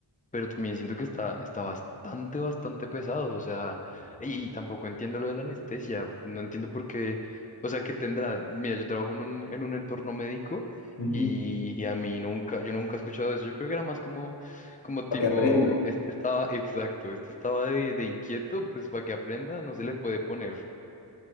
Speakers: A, on the left; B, on the left.
A: pero también siento que está, está bastante, bastante pesado, o sea, y, y tampoco entiendo lo de la anestesia, no entiendo por qué, o sea, que tendrá, mira, yo trabajo en un, en un entorno médico
B: Ujú.
A: y, y a mí nunca, yo nunca he escuchado eso, yo creo que era más como, como
B: Para
A: tipo,
B: que aprendas.
A: este estaba, exacto, este estaba de, de inquieto, pues para que aprenda, no se le puede poner.